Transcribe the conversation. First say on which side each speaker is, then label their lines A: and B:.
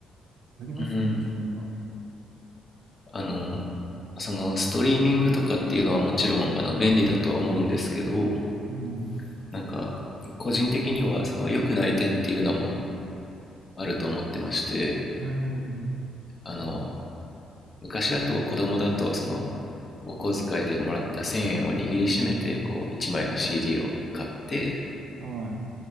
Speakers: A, on the right; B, on the left.
A: やりますよね、
B: うん。
A: 機械が。
B: あの、そのストリーミングとかっていうのはもちろんあの便利だとは思うんですけど、
A: うん、
B: なんか個人的にはその良くない点っていうのもあると思ってまして、
A: ええ
B: あの、昔だと子供だとそのお小遣いでもらった1000円を握りしめてこう1枚の CD を買って
A: はい。